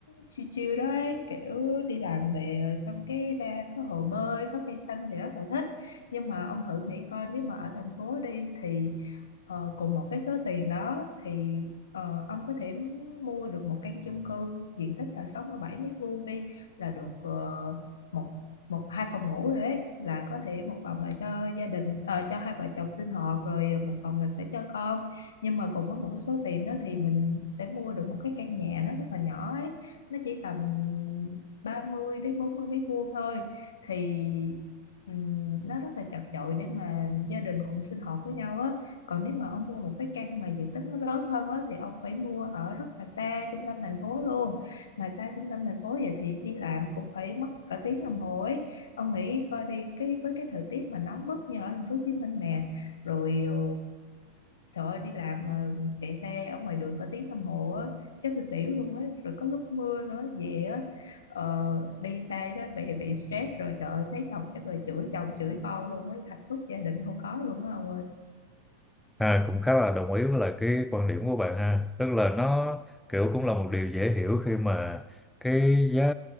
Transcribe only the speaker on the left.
chill chill đó ấy, kiểu đi làm về rồi xong cái ra có hồ bơi, có cây xanh thì rất là thích. Nhưng mà ông thử nghĩ coi nếu mà ở thành phố đi thì ờ, cùng một cái số tiền đó thì ờ, ông có thể mua được một căn chung cư diện tích là 67 mét vuông đi là được ờ, một một hai phòng ngủ rồi đấy là có thể một phòng là cho gia đình ờ, cho hai vợ chồng sinh hoạt rồi một phòng là sẽ cho con nhưng mà cùng với một cái số tiền đó thì mình sẽ mua được một cái căn nhà nó rất là nhỏ ấy nó chỉ tầm 30 đến 40 mét vuông thôi thì ừm, nó rất là chật chội để mà gia đình cùng sinh hoạt với nhau á còn nếu mà ông mua một cái căn mà diện tích nó lớn hơn á thì ông phải mua ở rất là xa trung tâm thành phố luôn mà xa trung tâm thành phố vậy thì đi làm cũng phải mất cả tiếng đồng hồ ấy ông nghĩ coi đi cái với cái thời tiết mà nóng bức như ở thành phố Hồ Chí Minh nè rồi ờ, Trời ơi, đi làm mà chạy xe ở ngoài đường có tiếng đồng hồ á, chắc tôi xỉu luôn á. Rồi có lúc mưa nữa, về á, ờ, đi xe đó bị bị stress rồi trời ơi, thấy chồng chắc là chửi chồng chửi con luôn á, hạnh phúc gia đình không có luôn á ông ơi.